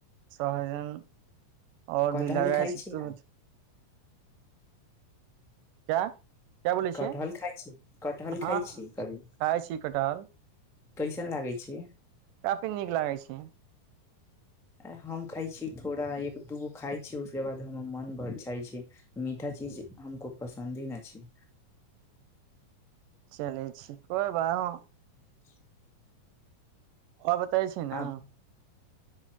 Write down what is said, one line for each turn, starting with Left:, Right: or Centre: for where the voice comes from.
Right: सहजन आओर
Centre: कटहल
Right: भी लगाए
Centre: खाइ
Right: छै
Centre: छी
Right: दूध क्या क्या बोलै
Centre: कटहल
Right: छी
Centre: खाइ छी कटहल
Right: हँ
Centre: खाइ छी कभी
Right: खाइ छी कटहल
Centre: कैसन लागै छै
Right: काफी नीक लागै छी
Centre: हम खाइ छी थोड़ा एक दूगो खाइ छियै उसके बाद हमर मन भर जाए छै मीठा चीज हमको पसन्द ही नहि छै
Right: चलै छी कोइ बा हँ
Centre: <inaudible>
Right: और बतावे छी ना
Centre: आब